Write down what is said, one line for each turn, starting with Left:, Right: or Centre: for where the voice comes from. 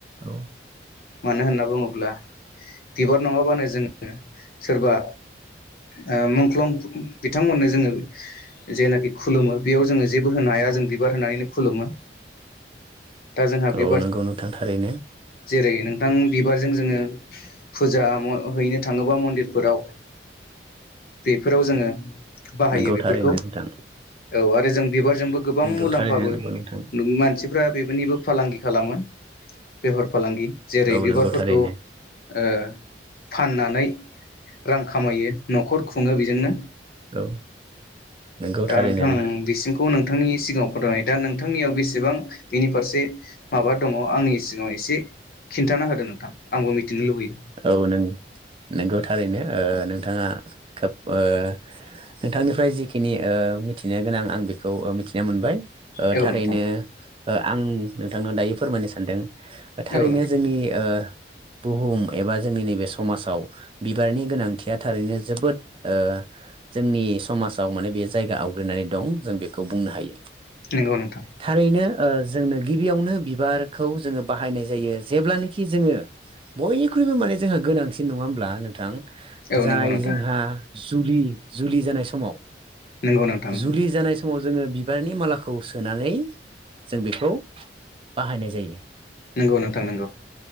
Right: औ
Left: मानो होनना बुङोब्ला बिबार नङाबानो जोङो सोरबा ओ मुंख्लं बिथांमोननो जोङो जेनाखि खुलुमो बेयाव जोङो जेबो होनो हाया जों बिबार होनानैनो खुलुमो। दा जोंहा बि
Right: औ नंगौ नोंथां थारैनो
Left: जेरै नोंथां बिबारजों जोङो फुजा म हैनो थाङोबा मन्दिरफोराव बेफोराव जोङो बाहायो
Right: नंगौ
Left: बेफोरखौ
Right: थारैनो नोंथां
Left: औ आरो जों बिबारजोंबो गोबां
Right: नोंगौ
Left: मुलाम्फाबो
Right: थारैनो नंगौ नोंथां
Left: नों मानसि फोरा बेबोनिबो फालांगि खालामो बेफोर फालांगि जेरै
Right: औ
Left: बिबारफोरखौ
Right: नंगौ थारैनो
Left: ओ फाननानै रां खामायो न'खर खुङो बेजोंनो।
Right: औ नोंगौ
Left: दा
Right: थारैनो
Left: नोंथां बिसिमखौ नों नोंथांनि सिगाङाव फदनाय दा नोंथांनियाव बेसेबां बिनि फारसे माबा दङ आंनि सिगाङाव एसे खिन्थाना होदो नों थां आंबो मिथिनो लुबैयो
Right: औ नों नोंगौ थारैनो ओ नोंथाङा खोब अ नोंथांनिफ्राय जिखिनि ओ मिथिनो गोनां आं बेखौ मिथिना मोनबाय ओ
Left: औ
Right: थारैनो
Left: नोंथां
Right: ओ आं आङो दायो फोरमायनो सानदों थारैनो
Left: औ नोंथां
Right: जोंनि ओ बुहुम एबा जोंनि नैबे समाजाव बिबारनि गोनांथिया थारैनो जोबोद ओ जोंनि समाजाव माने बे जायगा आवग्रिनानै दं जों बेखौ बुंनो हायो।
Left: नंगौ नोंथां
Right: थारैनो ओ जोंनो गिबियावनो बिबारखौ जोङो बाहायनाय जायो जेब्लानेखि जोङो बय- ख्रुइबो माने जोंहा गोनांसिन नङा होनोमब्ला नोंथां
Left: औ
Right: जाय
Left: नंगौ नोंथां
Right: जोंहा जुलि जुलि जानाय समाव
Left: नंगौ नोंथां नंगौ
Right: जुलि जानाय समाव जोङो बिबारनि मालाखौ सोनानै जों बेखौ बाहायनाय जायो।
Left: नंगौ नोंथां नंगौ